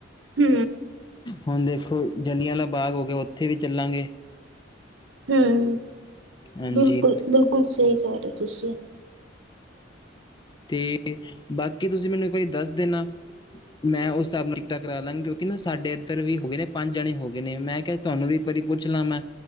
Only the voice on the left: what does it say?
ਹੁਣ ਦੇਖੋ ਜਲਿਆਂਵਾਲਾ ਬਾਗ ਹੋ ਗਿਆ, ਉੱਥੇ ਵੀ ਚੱਲਾਂਗੇ।
ਹਾਂਜੀ
ਤੇ ਬਾਕੀ ਤੁਸੀਂ ਮੈਨੂੰ ਇੱਕ ਵਾਰੀ ਦੱਸ ਦੇਣਾ। ਮੈਂ ਉਸ ਹਿਸਾਬ ਨੂੰ ਟਿਕਟਾਂ ਕਰਾਲਾਂਗਾ, ਕਿਉਂਕਿ ਨਾ ਸਾਡੇ ਇੱਧਰ ਵੀ ਹੋ ਗਏ ਨੇ ਪੰਜ ਜਣੇ ਹੋ ਗਏ ਨੇ, ਮੈਂ ਕਿਹਾ ਤੁਹਾਨੂੰ ਵੀ ਇੱਕ ਵਾਰੀ ਪੁੱਛ ਲਾਂ ਮੈਂ,